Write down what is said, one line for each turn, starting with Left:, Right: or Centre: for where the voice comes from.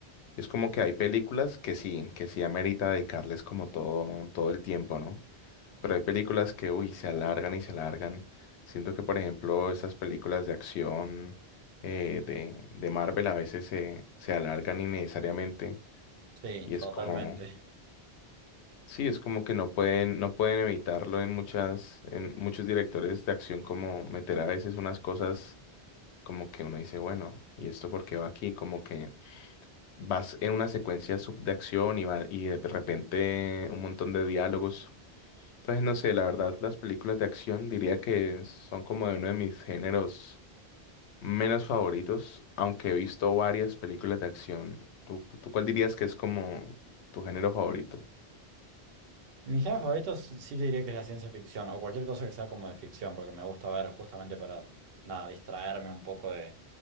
Left: Es como que hay películas que sí, que sí amerita dedicarles como todo, todo el tiempo, ¿no? Pero hay películas que, uy, se alargan y se alargan. Siento que, por ejemplo, estas películas de acción eh, de, de Marvel a veces se, se alargan innecesariamente
Right: Sí,
Left: y es
Right: totalmente.
Left: como, Sí, es como que no pueden, no pueden evitarlo en muchas, en muchos directores de acción, como meter a veces unas cosas como que uno dice, bueno, ¿y esto por qué va aquí? Como que vas en una secuencia sub- de acción y va, y de repente un montón de diálogos. Entonces, no sé, la verdad, las películas de acción diría que son como de uno de mis géneros menos favoritos, aunque he visto varias películas de acción. ¿Tú, tú cuál dirías que es como tu género favorito?
Right: Mi género favorito s- sí te diría que es la ciencia ficción o cualquier cosa que sea como de ficción, porque me gusta ver justamente para, nada, distraerme un poco